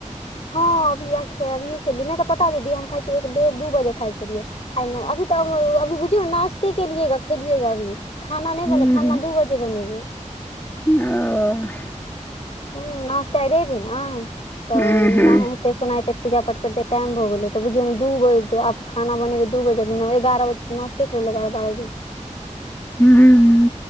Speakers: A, on the left; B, on the left.
A: हँ अभी ऐ खे अभी खेली नैय तऽ पता अय दीदी हम खाइ छी एक डेढ़ दू बजे खाइ छेलियै। आय न अभी तऽ <unintelligible> अभी बुझियौ नाश्ते केलियै गऽ खेलियै गऽ अभी। खाना नैय
B: हूँ
A: बनलै खाना दू बजे बनेबै।
B: ओ।
A: हूं नाश्ता आय रैब हैय न तऽ
B: हूँ हूँ
A: नहाय फेर स ओनाहिते पूजा-पाठ करते टाइम भऽ गेलै तो बुझियौ न दू बज आब खाना बनेबै दू बजे में न एगारह बजे नश् ते कैरलै एगारह बारह बजे।
B: हूं हूं।